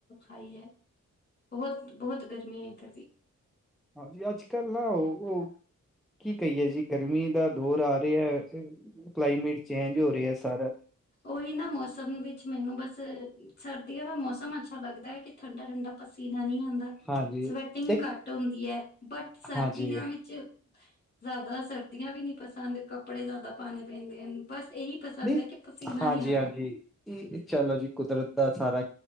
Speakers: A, on the left (about 35°); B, in the centre.
A: ਹਾਈ ਹੈ ।ਬਹੁਤ -ਬਹੁਤ ਗਰਮੀ ਹੈ ਇੱਧਰ ਵੀ
B: ਹਾਂਜੀ ਅੱਜ ਕੱਲ ਨਾ ਉਹ ਉਹ ਕੀ ਕਹੀਏ ਜੀ ਗਰਮੀ ਦਾ ਦੌਰ ਆ ਰਿਹਾ। ਕਲਾਈਮੇਟ ਚੇਂਜ ਹੋ ਰਿਹਾ। ਸਾਰਾ
A: ਉਹੀ ਨਾ ਮੌਸਮ ਵਿੱਚ ਮੈਨੂੰ ਬਸ ਸਰਦੀਆਂ ਦਾ ਮੌਸਮ ਅੱਛਾ ਲੱਗਦਾ ਹੈ। ਠੰਡਾ, ਠੰਡਾ ਪਸੀਨਾ ਨਹੀ ਆ ਹੁੰਦਾ
B: ਹਾਂਜੀ
A: ਸਵੈਟਿੰਗ
B: ਇੱਕ
A: ਘੱਟ ਹੁੰਦੀ ਹੈ ਬਟ ਸਰਦੀਆਂ
B: ਹਾਂਜੀ
A: ਵਿੱਚ ਜ਼ਿਆਦਾ ਸਰਦੀਆਂ ਵੀ ਨੀ ਪਸੰਦ ਕੱਪੜੇ ਜ਼ਿਆਦਾ ਪਾਉਣੇ ਪੈਂਦੇ ਹਨ ਬਸ ਇਹੀ ਪਸੰਦ
B: ਨਹੀਂ
A: ਹੈ ਕਿ ਪਸੀਨਾ
B: ਹਾਂਜੀ,
A: ਨਹੀਂ ਆਉਂਦਾ
B: ਹਾਂਜੀ ਚਲੋ ਜੀ ਕੁਦਰਤ ਦਾ ਸਾਰਾ